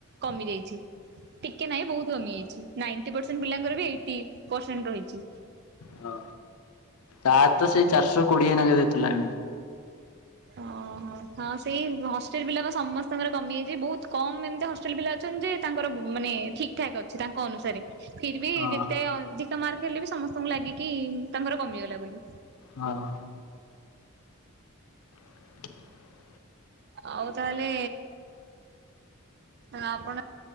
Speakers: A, on the right; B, on the left.
A: କମି ଯାଇଛି। ଟିକେ ନାହିଁ ବହୁତ କମି ଯାଇଛି ନାଇଣ୍ଟି ପରସେଣ୍ଟ ପିଲାଙ୍କର ବି ଏଇଟି ପରସେଣ୍ଟ ରହିଛି।
B: ହଁ ତାର ତ ସେଇ ଚାରିଶହ କୋଡିଏ ନା କେତେ ଥିଲା?
A: ଓହୋ ସେଇ ହଷ୍ଟେଲ ପିଲା ବା ସମସ୍ତଙ୍କର କମିଯାଇଛି ବହୁତ କମ ଏମିତି ହଷ୍ଟେଲ ପିଲା ଯେ ତାଙ୍କର ମାନେ ଠିକ ଠାକ୍ ଅଛି ତାଙ୍କ ଅନୁସାରେ। ଫିର୍ ବି
B: ହଁ
A: ଯେତେ ଅଧିକ ମାର୍କ ହେଲେ ବି ସମସ୍ତଙ୍କୁ ଲାଗେକି ଉଁ ତାଙ୍କର କମିଗଲା ବୋଲି।
B: ହଁ। <inaudible>
A: ଆଉ ତାହେଲେ ଆଉ ଆପଣ